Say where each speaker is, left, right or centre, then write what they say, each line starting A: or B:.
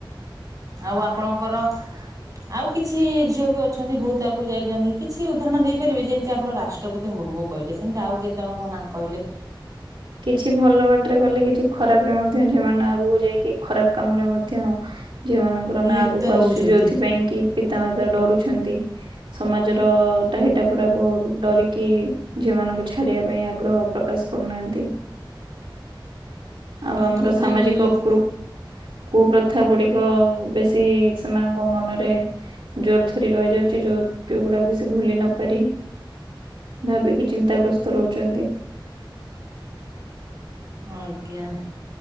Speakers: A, on the right; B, on the right.
A: ଆଉ ଆପଣଙ୍କର। ଆଉ କିଛି ଝିଅ ବି ଅଛନ୍ତି ବହୁତ ଆଗକୁ ଯାଇଛନ୍ତି କିଛି ଉଦାହରଣ ଦେଇପାରିବେ ଯେମିତି ଆପଣ ରାଷ୍ ଷ୍ଟ୍ର ପତି ମୁର୍ମୁ କହିଲେ ସେମିତି ଆଉ କେତେ ଜଣଙ୍କ ନାଁ କହିଲେ।
B: କିଛି ଭଲ ବାଟରେ କଲେ କିଛି ଖରାପ ରେ ମଧ୍ୟ ଝିଅମାନେ ଆଗକୁ ଯାଇକି ଖରାପ କାମରେ ମଧ୍ୟ। ଝିଅ ମାନଙ୍କର ନାଁ
A: ଲିପ୍ତ
B: ଆଗକୁ
A: ରହୁଛନ୍ତି
B: ଆସୁଛି ଯୋଉଥିପାଇଁ କି ପିତାମାତା ଡରୁଛନ୍ତି। ସମାଜର ଟାହିଟା ପୁରାକୁ ଡରିକି। ଝିଅ ମାନଙ୍କୁ ଛାଡିବା ପାଇଁ ଆଗ୍ରହ ପ୍ରକାଶ କରୁନାହାନ୍ତି। ଆଉ
A: ଠିକ
B: ଆମର
A: କଥା
B: ସାମାଜିକ
A: କହିଛନ୍ତି।
B: କୃ କୁପ୍ରଥା ଗୁଡିକ ବେଶୀ ସେମାନଙ୍କ ମନରେ। ଜୋର ଧରି ରହିଯାଉଛି ଯୋଉ ଟି ଗୁଡା କୁ ସେ ଭୁଲି ନ ପାରି। ଭାବିକି ଚିନ୍ତାଗ୍ରସ୍ତ ରହୁଛନ୍ତି।
A: ଆଜ୍ଞା।